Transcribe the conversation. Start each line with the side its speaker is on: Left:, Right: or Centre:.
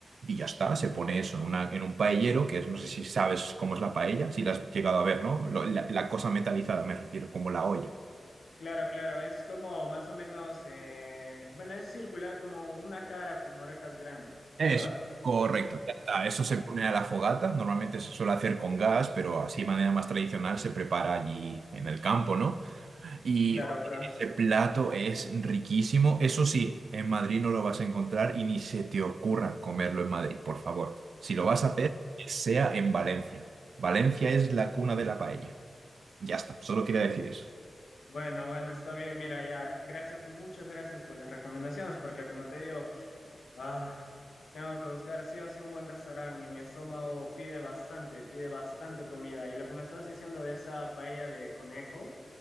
Right: Y ya está, se pone eso en, una, en un paellero, que es, no sé si sabes cómo es la paella, si la has llegado a ver, ¿no? Lo- la, la cosa metalizada, me refiero, como la olla.
Left: claro, claro, es como más o menos, eh, bueno, es circular como una cara con orejas grandes,
Right: Eso,
Left: ¿verdad?
Right: correcto, ya está. Eso
Left: Ah,
Right: se pone a la fogata, normalmente se suele hacer con gas, pero así de manera más tradicional se prepara allí en el campo, ¿no? Y
Left: claro, pero
Right: ese plato es riquísimo. Eso sí, en Madrid no lo vas a encontrar y ni se te ocurra comerlo en Madrid, por favor. Si lo vas a hacer, que sea en Valencia. Valencia es la cuna de la paella. Ya está, solo quería decir eso.
Left: bueno, bueno, está bien, mira, ya, gracias, muchas gracias por las recomendaciones, porque como te digo, Ah, tengo que buscar sí o sí un buen restaurante y mi estómago pide bastante, pide bastante comida. Y lo que me estás diciendo de esa paella de conejo,